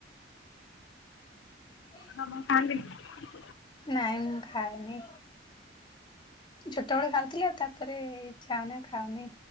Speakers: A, on the left; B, on the left.
A: <inaudible>
B: ମଟନ ଆପଣ ଖାଆନ୍ତିନି।
A: ନାଇଁ ମୁଁ ଖାଏନି। ଛୋଟ ବେଳୁ ଖାଉଥିଲି ଆଉ ତାପରେ ଇଛା ହଉନି ଆଉ ଖାଉନି।